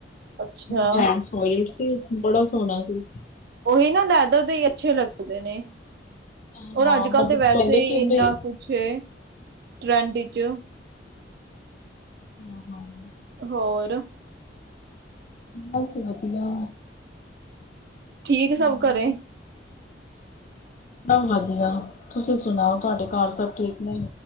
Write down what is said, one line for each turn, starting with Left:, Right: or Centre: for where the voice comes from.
Right: ਅੱਛਾ
Left: ਜੈਂਟਸ ਵੋਲਟ ਸੀ, ਬੜਾ ਸੋਹਣਾ ਸੀ।
Right: ਉਹੀ ਨਾ ਲੈਦਰ ਦੇ ਹੀ ਅੱਛੇ ਲੱਗਦੇ ਨੇ
Left: ਹਾਂ
Right: ਹੋਰ ਅੱਜ
Left: ਮਤਲਬ
Right: ਕੱਲ੍ਹ ਤਾਂ ਵੈਸੇ
Left: ਕਹਿੰਦੇ
Right: ਹੀ
Left: ਕਿ
Right: ਇੰਨਾ
Left: ਬਈ
Right: ਕੁਛ ਹੈ ਟਰੈਂਡ ਚ
Left: ਹਮ
Right: ਹੋਰ
Left: ਬਸ ਵਧੀਆ
Right: ਠੀਕ
Left: ਹਮ,
Right: ਸਭ ਘਰੇ
Left: ਸਭ ਵਧੀਆ ਤੁਸੀਂ ਸੁਣਾਓ ਤੁਹਾਡੇ ਘਰ ਸਭ ਠੀਕ ਨੇ